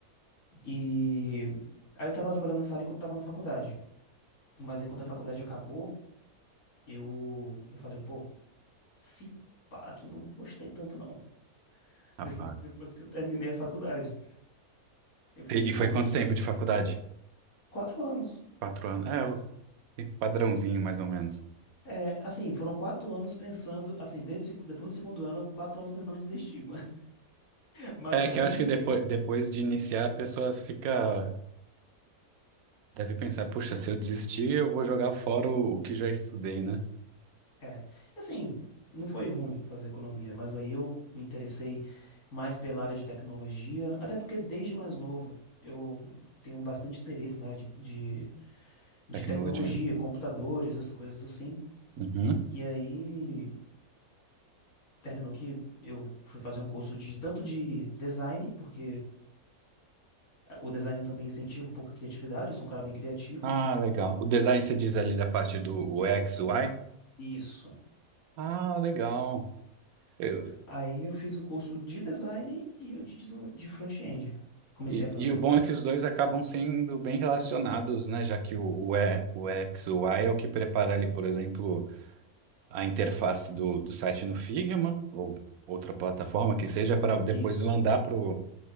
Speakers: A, on the left; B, on the right.
A: E aí eu tava trabalhando nessa área enquanto tava na faculdade. Mas aí quando a faculdade acabou, eu, eu falei, pô, se pá, que não gostei tanto não. <laughs>
B: rapaz.
A: De- Depois que eu terminei a faculdade. Eu fiz,
B: E,
A: pô,
B: e foi quanto tempo de faculdade?
A: quatro anos.
B: Quatro anos. É, o o padrãozinho, mais ou menos.
A: É, assim, foram quatro anos pensando, assim, desde, o segu- depois do segundo ano, quatro anos pensando em desistir. <laughs> Mas mas
B: É
A: eu
B: que
A: terminei.
B: eu acho que depois, depois de iniciar, a pessoa fica. Deve pensar, puxa, se eu desistir, eu vou jogar fora o, o que já estudei, né?
A: É, assim, não foi ruim fazer economia, mas aí eu me interessei mais pela área de tecnologia, até porque desde mais novo eu tenho bastante interesse na área de, de, de
B: Tecnologia.
A: tecnologia, computadores, essas coisas assim.
B: Uhum.
A: E aí terminou que eu fui fazer um curso de tanto de design, porque o design também incentiva pouca criatividade, eu sou um cara bem criativo.
B: Ah, legal. O design você diz ali da parte do U X UX, UI?
A: Isso.
B: Ah, legal. Eu-
A: Aí eu fiz o curso de design e o de, deso- de front-end. Comecei
B: e,
A: a fazer,
B: e o
A: no
B: bom
A: caso.
B: é que os dois acabam sendo bem relacionados, né? Já que o, o, e, o X, o Y é o que prepara ali, por exemplo, a interface do, do site no Figma ou outra plataforma que seja para depois
A: Isso.
B: mandar para o